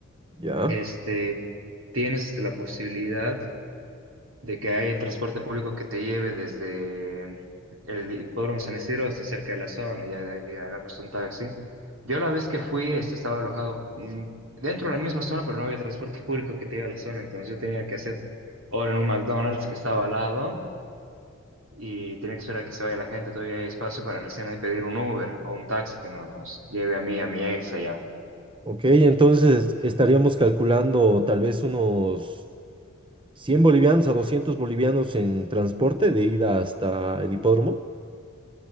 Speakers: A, on the right (about 25°); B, on the right (about 75°).
A: Ya.
B: este, tienes este, la posibilidad. de que haya el transporte público que te lleve desde el hipódromo San Isidro hasta cerca de la zona, ya de ahí agarras un taxi. Yo la vez que fui, este, estaba alojado mm, dentro de la misma zona, pero no había transporte público que te lleve a la zona, entonces yo tenía que hacer hora en un McDonald's que estaba al lado y tenía que esperar que se vaya la gente, todavía hay espacio para recién ahí pedir un Uber o un taxi que nos lleve a mí, a mi ex allá.
A: Ok, entonces estaríamos calculando tal vez unos 100 bolivianos a 200 bolivianos en transporte de ida hasta el hipódromo.